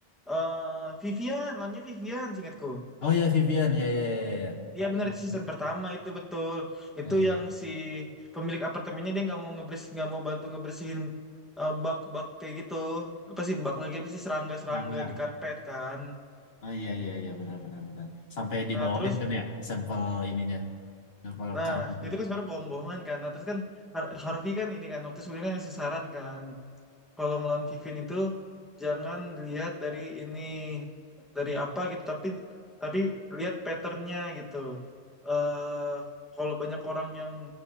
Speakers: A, in the centre; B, on the left.
A: eh Vivian, lawannya Vivian seingatku.
B: Oh ya Vivian ya ya ya
A: Iya benar
B: ya.
A: itu season
B: ya.
A: pertama itu betul. Itu
B: Oh, iya.
A: yang si pemilik apartemennya dia nggak mau ngebers nggak mau bantu ngebersihin eh, bak-bak kayak gitu. Apa sih bak lagi apa sih serangga-serangga
B: Serangga.
A: di karpet kan.
B: Oh iya iya iya benar benar benar. Sampai dibawain
A: Nah, terus
B: kan ya sampel ininya, sampel
A: Nah,
B: karpetnya.
A: itu kan sebenarnya bohong-bohongan kan. Nah, terus kan Har- Harvey kan ini kan waktu sebelumnya kan ngasih saran kan kalau ngelawan Vivin itu jangan lihat dari ini dari apa gitu, tapi tapi lihat patternnya gitu. Eh kalau banyak orang yang